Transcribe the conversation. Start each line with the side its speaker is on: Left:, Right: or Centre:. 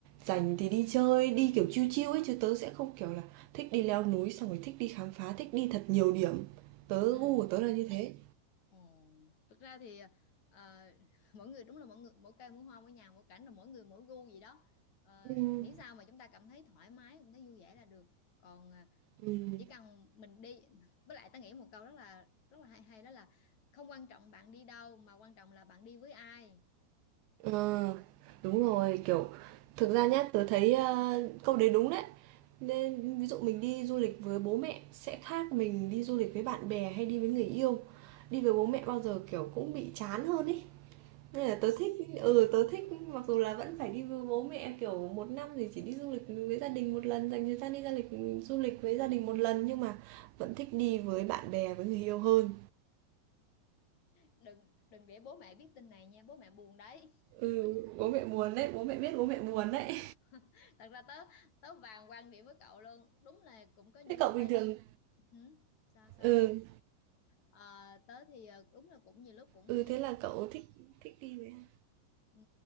Right: rảnh thì đi chơi, đi kiểu chill chill ấy chứ tớ sẽ không kiểu là thích đi leo núi xong rồi thích đi khám phá, thích đi thật nhiều điểm. Tớ
Left: Ừ.
Right: gu của tớ là như thế.
Left: Ồ, thực ra thì ờ, <laughs> mỗi người đúng là mỗi người mỗi cây mỗi hoa mỗi nhà mỗi cảnh rồi mỗi người mỗi gu gì đó Ờ,
Right: Ừm,
Left: miễn sao mà chúng ta cảm thấy thoải mái cảm thấy vui vẻ là được còn à,
Right: ừm.
Left: chỉ cần mình đi với lại ta nghĩ một câu rất là rất là hay hay đó là không quan trọng bạn đi đâu mà quan trọng là bạn đi với ai
Right: Ờ, đúng rồi, kiểu, thực ra nhá, tớ thấy ờ, câu đấy đúng đấy. Nên ví dụ mình đi du lịch với bố mẹ sẽ khác mình đi du lịch với bạn bè hay đi với người yêu. Đi với bố mẹ bao giờ kiểu cũng bị chán hơn ý. Nên là tớ thích, ừ tớ thích mặc dù là vẫn phải đi với bố mẹ kiểu một năm thì chỉ đi du lịch với gia đình một lần, dành thời gian đi du lịch du lịch với gia đình một lần nhưng mà vẫn thích đi với bạn bè với người yêu hơn.
Left: đừng đừng để bố mẹ biết tin này nha bố mẹ buồn đấy
Right: Ừ, bố mẹ buồn đấy, bố mẹ biết bố mẹ buồn đấy.
Left: <laughs> thật ra tớ tớ vàng quan điểm với cậu luôn đúng là cũng có những
Right: Thế
Left: lúc
Right: cậu bình
Left: phải
Right: thường
Left: hử? sao sao
Right: ừ
Left: Ờ, tớ thì ờ, đúng là cũng nhiều lúc cũng
Right: Ừ,
Left: đi gia
Right: thế là cậu thích thích đi với ai?
Left: Ừ,